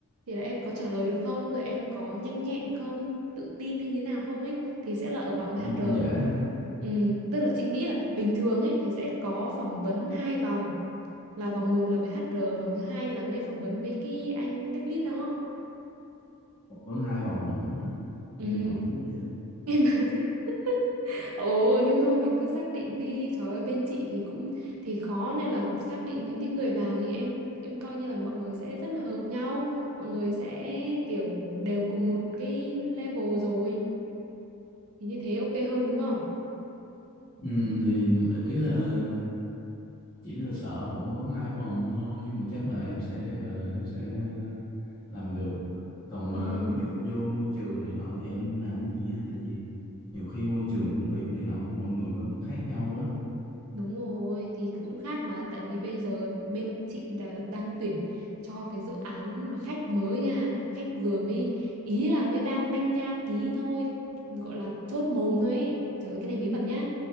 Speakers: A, on the right; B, on the left.
A: thì là em có trả lời được không, rồi em có nhanh nhẹn không, tự tin hay như nào không ấy thì sẽ là ở vòng
B: Cũng
A: với HR.
B: cũng dễ ha.
A: Ừ, tức là chị nghĩ là bình thường ấy thì sẽ có phỏng vấn hai vòng là vòng một là với HR, vòng thứ hai là mới phỏng vấn với cái anh tech lead đó.
B: Phỏng vấn hai vòng lận á hả?
A: Ừ,
B: Nghe mệt quá vậy.
A: em <laughs> Ồ nhưng thôi mình cứ xác định đi Trời ơi bên chị thì cũng Thì khó nên là xác định những cái người vào Thì em em coi như là mọi người sẽ rất là hợp nhau Mọi người sẽ kiểu Đều cùng một cái level rồi Thì như thế ok hơn đúng không
B: Ừ, thì ý là chỉ là sợ phỏng vấn hai vòng thôi nhưng mà chắc là em sẽ gọi là em sẽ ờ, làm được còn
A: Ừ
B: ờ, ví dụ vô môi trường này nọ thì em làm cái gì ha tại vì nhiều khi môi trường công việc này nọ của mọi người nó cũng khác nhau quá
A: Đúng rồi thì cũng khác mà tại vì bây giờ bên chị đã, đang tuyển cho cái dự án mà khách mới nha khách vừa mới ý là mới đang manh nha ký thôi gọi là chốt mồm thôi ấy. Trời ơi, cái này bí mật nhá